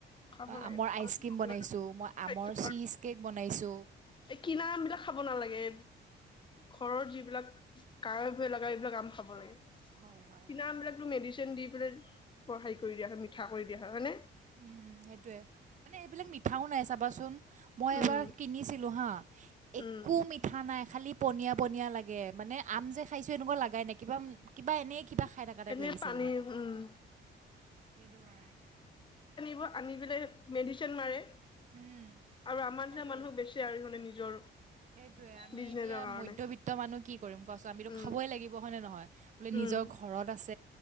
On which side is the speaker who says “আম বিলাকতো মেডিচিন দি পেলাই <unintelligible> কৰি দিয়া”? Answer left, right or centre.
Left